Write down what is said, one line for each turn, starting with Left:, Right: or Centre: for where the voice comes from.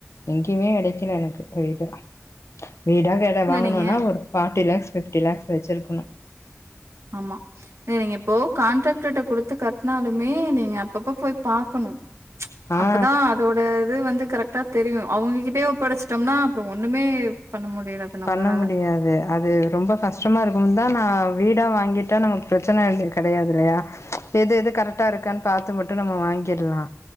Left: எங்கேயுமே கிடைக்கல எனக்கு வீடா வீட கேட
Right: இல்ல
Left: வாங்கணுன்னா
Right: நீங்க
Left: ஒரு ஃபட்டி லேக்ஸ் பபிப்டி லேக்ஸ் வச்சிருக்கணு
Right: ஆமா இல்ல நீங்க இப்போ கான்ட்ராக்ட்ர்ட்ட குடுத்து கட்டனாலுமே நீங்க அப்பப்ப போய் பாக்கணு
Left: ஆ
Right: அப்பதா அதோட இது வந்து கரெக்ட் ட்டா தெரியு அவுங்ககிட்டயே ஒப்படைச்சிட்டோம்னா அப்புறோ ஒண்ணுமே பண்ண முடியாது நம்மளால.
Left: பண்ண முடியாது அது ரொம்ப கஷ்டமா இருக்குதா நா வீடா வாங்கிட்டா நமக்கு பிரச்சன கெடையாது இல்லையா எது எது கரெக்டா இருக்கான்னு பாத்து மட்டு நம்ம வாங்கிரலா